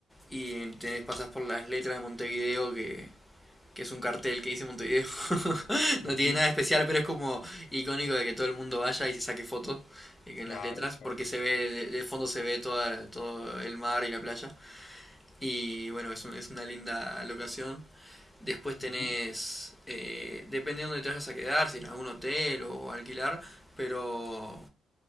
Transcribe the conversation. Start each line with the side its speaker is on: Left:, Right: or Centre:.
Centre: y tenés, pasas por las letras de Montevideo, que, que es un cartel que dice Montevideo. <laughs>
Left: ujú,
Centre: No tiene nada especial, pero es como icónico de que todo el mundo vaya y se saque fotos eh, que en
Left: Claro,
Centre: las letras,
Left: claro.
Centre: porque se ve, de, de fondo se ve toda, todo el mar y la playa. Y bueno, es, un- es una linda locación. Después tenés,
Left: ujú,
Centre: eh, depende de dónde te vayas a quedar, si en algún hotel o alquilar, pero